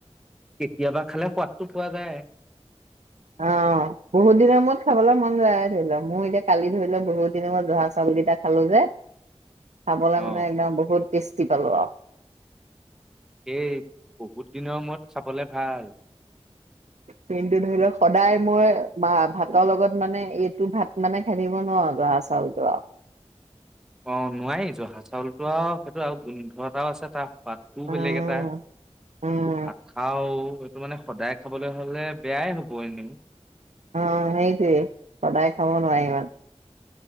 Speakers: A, in the centre; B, on the right.
A: কেতিয়াবা খালে সোৱাদটো পোৱা যায়।
B: অ, বহুত দিনৰ মূৰত খাবলৈ মন যায়। ধৰি ল' মোৰ এতিয়া কালি ধৰি ল' বহুত দিনৰ মূৰত জহা চাউলকেইটাক খালোঁ যে, খাবলৈ
A: অ
B: মানে একদম বহুত টেষ্টি পালোঁ আৰু
A: এই বহুত দিনৰ মূৰত চাবলে ভাল।
B: পিনটো ধৰি ল, সদায় মই বা ভাতৰ লগত মানে, এইটো ভাত মানে খাই থাকিব নোৱাৰো জহা চাউলতো আৰু
A: অ, নোৱাৰি জহা চাউলটো আৰু সেইটো আৰু গোন্ধ এটাও আছে, তাৰ সোৱাদটোও
B: উম
A: বেলেগ এটা।
B: উম
A: নাখাও এইটো মানে সদায় খাবলৈ হলে বেয়াই হব এনে
B: অ হেইটোৱে সদায় খাব নোৱাৰি ইমান